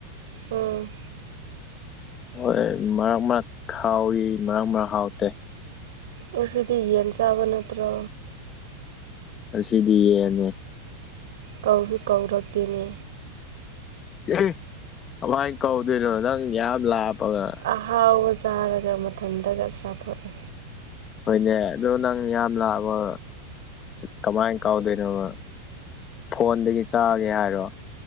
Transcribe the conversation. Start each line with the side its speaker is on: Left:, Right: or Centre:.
Right: ꯎꯝ꯫
Left: ꯍꯣꯏ ꯃꯔꯛ ꯃꯔꯛ ꯍꯥꯎꯋꯤ ꯃꯔꯛ ꯃꯔꯛ ꯍꯥꯎꯇꯦ꯫
Right: ꯉꯁꯤꯗꯤ ꯌꯦꯟ ꯆꯥꯕ ꯅꯠꯇ꯭ꯔꯣ꯫
Left: ꯉꯁꯤꯗꯤ ꯌ‌ꯦꯟꯅ‌ꯦ꯫
Right: ꯀꯧꯁꯨ ꯀꯧꯔꯛꯗ‌ꯦꯅꯦ꯫
Left: ꯎꯝꯍꯨꯝ ꯀꯃꯥꯏꯅ ꯀꯧꯗꯣꯏꯅꯣ ꯅꯪ ꯌꯥꯝ ꯂꯥꯞꯄꯒ꯫
Right: ꯑꯍꯥꯎꯕ ꯆꯥꯔꯒ ꯃꯊꯟꯇꯒ ꯆꯥꯊꯣꯛꯑꯦ꯫
Left: ꯍꯣꯏꯅꯦ ꯑꯗꯣ ꯅꯪ ꯌꯥꯝ ꯂꯥꯛꯑꯕ꯫ ꯀꯃꯥꯏꯅ ꯀꯥꯎꯗꯣꯏꯅꯣꯕ ꯐꯣꯟꯗꯒꯤ ꯆꯥꯒꯦ ꯍꯥꯏꯔꯣ꯫